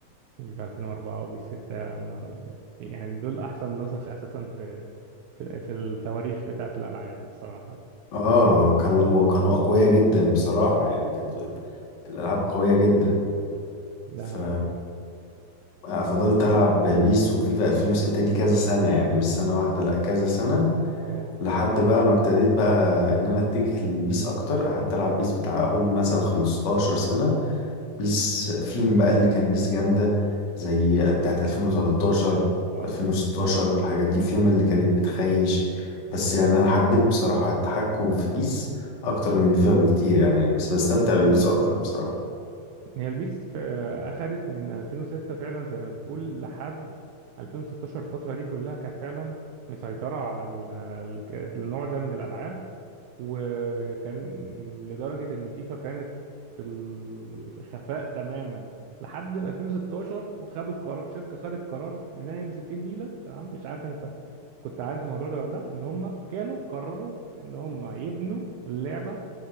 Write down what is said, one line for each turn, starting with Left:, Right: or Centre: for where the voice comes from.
Right: وبيف 2004 وبيف 6 يا نهار أبيض يعني دول أحسن نسخ أساسا في في, في التواريخ بتاعة الألعاب بصراحة
Left: اه كانوا كانوا أقوياء جدا بصراحة يعني كانت الألعاب قوية جدا
Right: لا
Left: ف آه، فضلت ألعب بيس وفيفا 2006 دي كذا سنة يعني مش سنة واحدة لأ كذا سنة
Right: اه
Left: لحد بقى ما ابتديت بقى إن أنا أتجه للبيس أكتر قعدت ألعب بيس بتاع أقول مثلا 15 سنة بيس في بقى اللي كان بيس جامدة زي بتاعت 2013
Right: اه
Left: و2016 والحاجات دي فيهم اللي كانت بتخيش بس يعني أنا حبيت بصراحة التحكم في بيس أكتر من فيفا بكتير يعني بس بستمتع ببيس أكتر بصراحة
Right: هي البيس في- أخدت من 2006 فعلا زي ما بتقول لحد 2016 الفترة دي كلها كانت فعلا مسيطرة على ال- ال- النوع ده من الألعاب وكان لدرجة إن فيفا كانت في الخفاء تماما لحد ما 2016 وخدوا القرار شركة خدت قرار منيل ب 60 نيلة تمام مش عارف أنت كنت عارف الموضوع ده ولا لأ إن هم كانوا قرروا إن هم يبنوا اللعبة